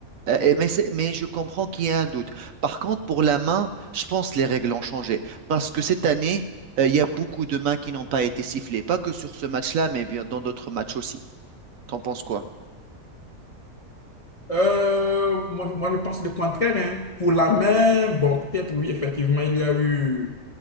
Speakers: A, on the right; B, on the left.
A: euh, et- mais, c'est- mais je comprends qu'il y a un doute. Par contre, pour la main, je pense que les règles ont changé parce que cette année, euh, il y a beaucoup de mains qui n'ont pas été sifflées. Pas que sur ce match-là, mais bien dans d'autres matchs aussi. T'en penses quoi?
B: Euh, moi, moi, je pense le contraire. hein. Pour la main, bon, peut-être oui, effectivement, il y a eu